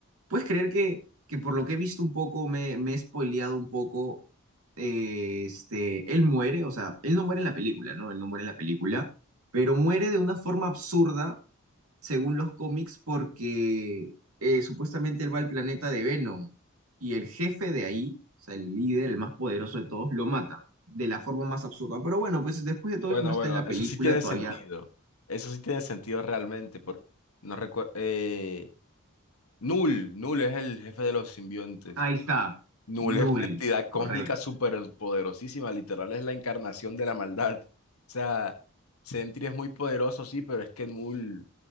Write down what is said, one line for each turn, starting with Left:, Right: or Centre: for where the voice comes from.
Right: puedes creer que, que por lo que he visto un poco, me, me he spoileado un poco eh, este, él muere, o sea, él no muere en la película, ¿no? Él no muere en la película, pero muere de una forma absurda, según los cómics, porque eh, supuestamente él va al planeta de Venom y el jefe de ahí, o sea, el líder, el más poderoso de todos, lo mata de la forma más absurda. Pero bueno, pues después de todo
Left: Bueno,
Right: eso no está
Left: bueno,
Right: en la película
Left: eso sí tiene
Right: todavía.
Left: sentido. Eso sí tiene sentido realmente. Por no recuerdo. Eh, Null, Null es el jefe de los simbiontes.
Right: Ahí está,
Left: Null
Right: Null,
Left: es una entidad
Right: correcto.
Left: cósmica súper poderosísima, literal es la encarnación de la maldad. O sea, Sentry es muy poderoso, sí, pero es que Null,